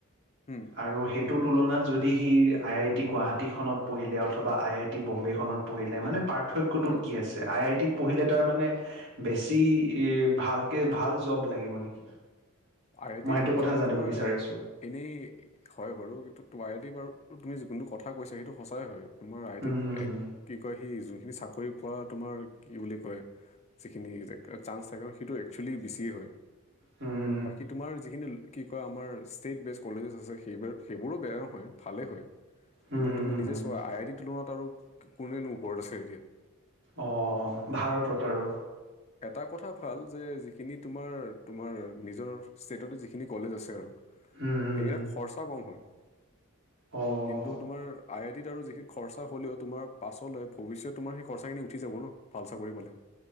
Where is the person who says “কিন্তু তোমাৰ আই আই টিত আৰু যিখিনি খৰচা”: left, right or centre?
Left